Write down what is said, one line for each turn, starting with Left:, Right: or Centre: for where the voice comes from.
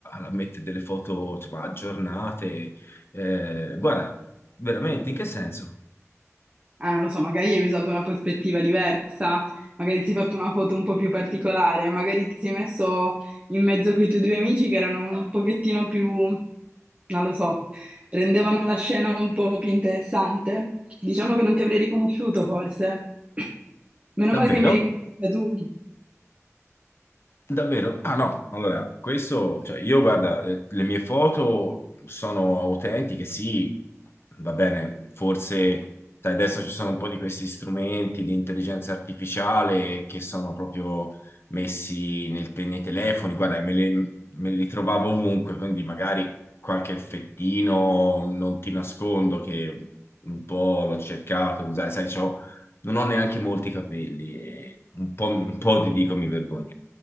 Left: a mettere delle foto, insomma, aggiornate. Eh, guarda, veramente, in che senso?
Right: Ah, non lo so, magari hai usato una prospettiva diversa, magari ti sei fatto una foto un po' più particolare, magari ti sei messo in mezzo con i tuoi due amici che erano un pochettino più, non lo so, rendevano la scena un po' più interessante. Diciamo che non ti avrei riconosciuto forse. Meno
Left: Davvero?
Right: male che mi hai riconosciuta tu.
Left: Davvero? Ah no, allora, questo, cioè io guarda, eh, le mie foto sono autentiche, sì, va bene, forse sai, adesso ci sono un po' di questi strumenti di intelligenza artificiale che sono proprio messi nel te- nei telefoni, guarda, me, le- me li trovavo ovunque, quindi magari qualche effettino, non ti nascondo che un po' l'ho cercato di usare, sai, c'ho- non ho neanche molti capelli, e un po', un po' ti dico mi vergogno